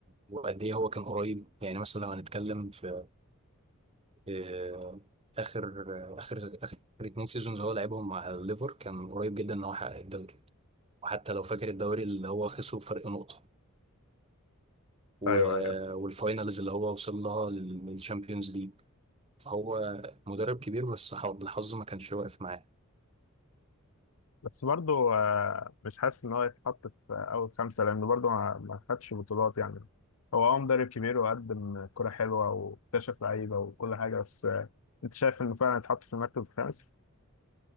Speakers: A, on the right; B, on the left.
A: وقد ايه هو كان قريب يعني مثلا لو هنتكلم في آه، اخر اخر اخر اتنين سيزونز هو لعبهم مع الليفر كان قريب جدا ان هو يحقق الدوري وحتى لو فاكر الدوري اللي هو خسره فرق نقطة و...
B: أيوه أيوه
A: والفاينلز اللي هو وصل لها للشامبيونز ليج هو مدرب كبير بس حظ- الحظ ما كانش واقف معاه
B: بس برضه آه، مش حاسس إن هو يتحط في آه، أول خمسة لأنه برضه ما ما خدش بطولات يعني هو أه مدرب كبير وقدم كرة حلوة واكتشف لعيبة وكل حاجة بس آه، أنت شايف إنه فعلا يتحط في المركز الخامس؟